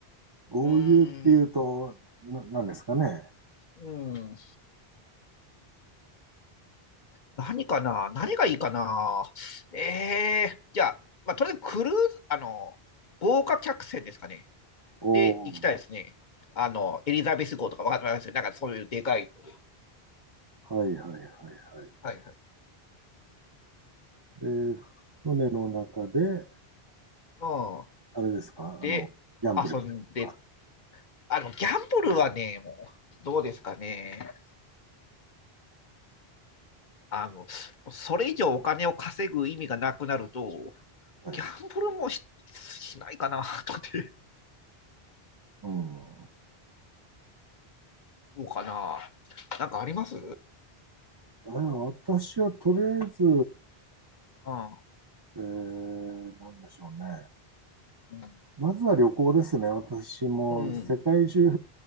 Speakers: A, on the right; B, on the left.
A: 豪遊っていうと、
B: うーん、
A: ななんですかね。
B: うん。何かな何がいいかなええー、じゃあ、まあ、とりあえずクルーズ、あの、豪華客船ですかね。
A: おー
B: で、行きたいですね。あの、エリザベス号とかわかんないですよね。なんかそういうでかいので。
A: はいはいはいは
B: はいはい。
A: い。で、船の中で、
B: うん。
A: あれですか、
B: で、
A: あの、ギャンブルしたりとか。
B: 遊んで、あの、ギャンブルはね、もう、どうですかね。あの、それ以上お金を稼ぐ意味がなくなると、
A: はい。
B: ギャンブルもし、しないかな、とかって。
A: うん。
B: どうかな。なんかあります
A: あ私はとりあえず、
B: あ
A: えー、なんでしょうね。
B: うん
A: まずは旅行ですね。私も世界中、
B: うん。